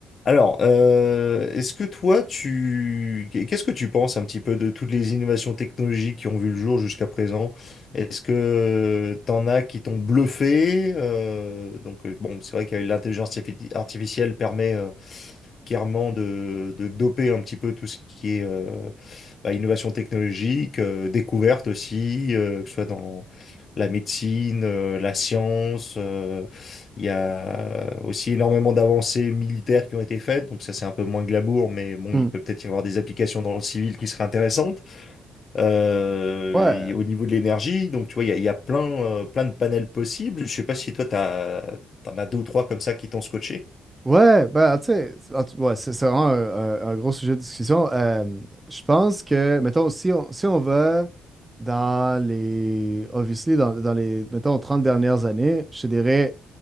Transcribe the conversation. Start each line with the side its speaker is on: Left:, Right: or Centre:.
Left: Alors, euh, est-ce que toi, tu, qu'est-ce que tu penses un petit peu de toutes les innovations technologiques qui ont vu le jour jusqu'à présent? Est-ce que t'en as qui t'ont bluffé? Euh, donc, euh, bon, c'est vrai que l'intelligence artifi- artificielle permet euh, clairement de, de doper un petit peu tout ce qui est euh, bah, innovation technologique, euh, découverte aussi, euh, que ce soit dans la médecine, euh, la science. euh, il y a aussi énormément d'avancées militaires qui ont été faites, donc ça c'est un peu moins glamour, mais bon,
Right: Mm.
Left: il peut peut-être y avoir des applications dans le civil qui seraient intéressantes. Euh,
Right: Ouais,
Left: et au niveau de l'énergie, donc tu vois, il y a, il y a plein, euh, plein de panels possibles. Je sais pas si toi, t'as, t'en as deux ou trois comme ça qui t'ont scotché.
Right: ouais, ben, tu sais, en tout- ouais, c'est c'est vraiment un, un- un gros sujet de discussion. Euh, je pense que, mettons, si on, si on va dans les, obviously, dans, dans les, mettons, 30 dernières années, je te dirais,